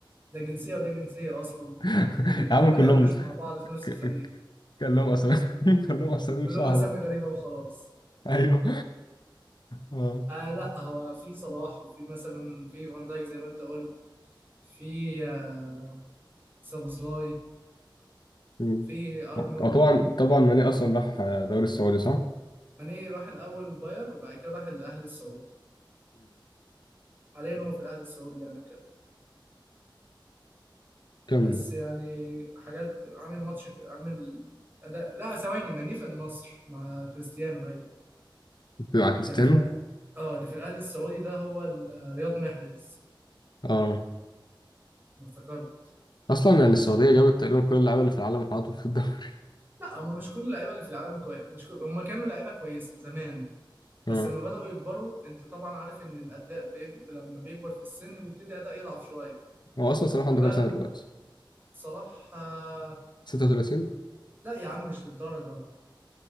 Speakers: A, on the right; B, on the left.
A: ده جنسيه وده جنسيه اصلا
B: <laughs>
A: والاتنين
B: يا عم
A: ما
B: كلهم
A: لعبوش مع بعض في نفس
B: ك-
A: الفريق
B: كلهم اسامي <laughs> كلهم اسامي
A: كلهم
B: صعبه
A: اسامي غريبه وخلاص
B: ايوه آه.
A: آه لا هو في صلاح وفي مثلا في فان دايك زي ما انت قلت في آه سابوزلاي
B: مم.
A: في ارنولد
B: وطبعا طبعا ماني اصلا راح دوري السعودي صح؟
A: ماني راح الاول باير وبعد كده راح الاهلي السعودي حاليا هو في الاهلي السعودي يعني
B: كمل
A: بس يعني حاجات عامل ماتش عامل اداء لا ثواني ماني في النصر مع كريستيانو ايوه
B: بيبقى كريستيانو
A: ده اللي في الأ... اه اللي في الاهلي السعودي ده هو ال- رياض محرز
B: اه
A: أنا افتكرت
B: اصلا يعني السعوديه جابت تقريبا كل اللعيبه اللي في العالم وحطوا في الدوري
A: لا هم مش كل اللعيبه اللي في العالم كويس مش كل... هم كانوا لعيبه كويسه زمان
B: <laughs>
A: بس
B: اه
A: لما بداوا يكبروا انت طبعا عارف ان الاداء بيج... لما بيكبر في السن بيبتدي اداء يضعف شويه
B: هو اصلا صلاح
A: فبقى
B: عنده كام سنه دلوقتي
A: صلاح آه،
B: 36
A: لا يا عم مش للدرجه